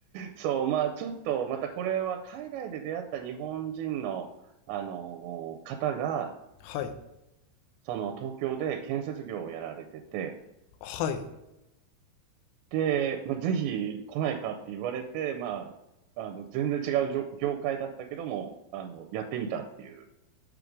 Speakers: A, on the right (about 85°); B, on the left (about 80°).
A: そう、まあ、ちょっと、またこれは海外で出会った日本人の、あの、方が、
B: はい。
A: その東京で建設業をやられてて、
B: はい。
A: で、まあ、ぜひ来ないかって言われて、まあ、あの、全然違うじょ業界だったけども、あの、やってみたっていう。